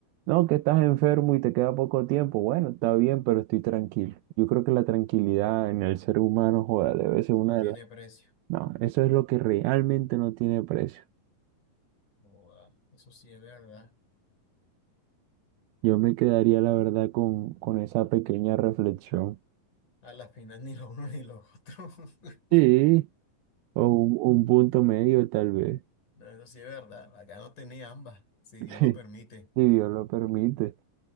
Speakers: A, on the right (about 80°); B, on the left (about 55°).
A: No, que estás enfermo y te queda poco tiempo, bueno, está bien, pero estoy tranquilo. Yo creo que la tranquilidad en el ser humano, joda, debe ser
B: No
A: una
B: tiene
A: de las...
B: precio.
A: No, eso es lo que realmente no tiene precio.
B: Joda, eso sí es verdad.
A: Yo me quedaría, la verdad, con, con esa pequeña reflexión.
B: A la final ni lo uno ni lo otro. <laughs>
A: Sí, o un, un punto medio tal vez,
B: No, eso sí es verdad. Acá no tenía ambas, si
A: <laughs>
B: Dios lo
A: sí,
B: permite.
A: si Dios lo permite.